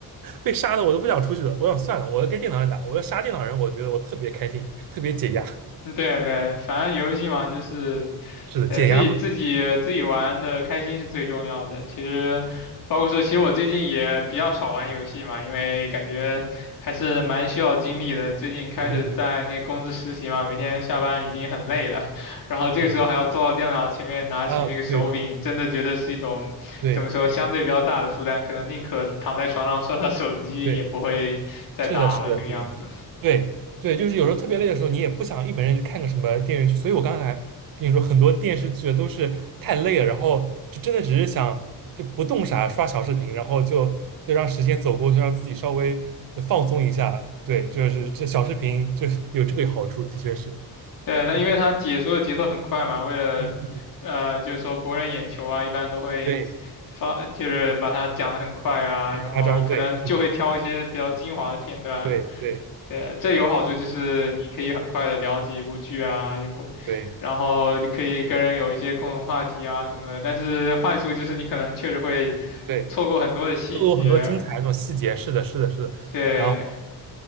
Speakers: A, on the right (about 60°); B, on the left (about 55°).
A: 被杀的我都不想出去了，我想算了，我要跟电脑人打，我要杀电脑人，我觉得我特别开心，特别解压，
B: 嗯对对，反正游戏嘛，就是
A: 是的，
B: 对，
A: 解压嘛，
B: 自己自己自己玩的开心是最重要的。其实，包括说，其实我最近也比较少玩游戏嘛，因为感觉还是蛮需要精力的。最近开始在那个公司实习嘛，
A: 嗯嗯
B: 每天下班已经很累了，然后这个时候还要坐到电脑前面拿起那个手柄，
A: 嗯，啊，对对
B: 真的觉得是一种怎么说相对比较大的负担，
A: 对
B: 可能宁可躺在床上刷刷手机，
A: 对。
B: 也不会再打了这个样子。
A: 是的，是的，是的，对对，就是有时候特别累的时候，你也不想一本正经去看个什么电视剧，所以我刚才跟你说，很多电视剧都是太累了，然后就真的只是想就不动啥，刷小视频，然后就就让时间走过去，让自己稍微放松一下。对，就是这小视频就 <laughs> 有这个好处，的确是，
B: 对，那因为他解说的节奏很快嘛，
A: 嗯
B: 为了呃，
A: 嗯嗯，
B: 就是说博人眼球啊，一般都会发，
A: 对，
B: 就是把它讲得很快啊，
A: 很夸张，
B: 然后可能就会挑一些比较精华的片段。
A: 对，是的，对对
B: 对，这有好处就是你可以很快的了解一部剧啊，也不，
A: 对
B: 然后可以跟人有一些共同话题啊什么的。但是坏处就是你可能确实会
A: 对，
B: 错过很多的细节。
A: 就有很多精彩的那种细节，是的，是的，是的。
B: 对，
A: 然后。